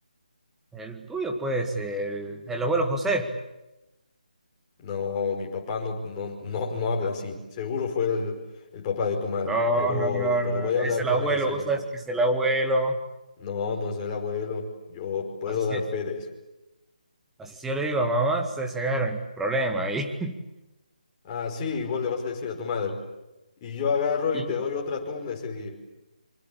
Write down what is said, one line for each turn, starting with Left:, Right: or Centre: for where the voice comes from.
Centre: El tuyo, pues, el, el abuelo José.
Left: No, mi papá no, no, no, no habla así. Seguro fue el, el papá de tu madre,
Centre: No,
Left: pero,
Centre: no, no, no,
Left: pero
Centre: no.
Left: voy a hablar
Centre: es el
Left: con
Centre: abuelo,
Left: él seriamente.
Centre: vos sabes que es el abuelo.
Left: No, no es el abuelo. Yo puedo
Centre: Así,
Left: dar
Centre: sí-
Left: fe de eso.
Centre: así sí yo le digo a mamá, se se agarran problema ahí.
Left: Ah, sí, vos le vas a decir a tu madre. Y yo agarro
Centre: <laughs>
Left: y te doy otra tumba ese día.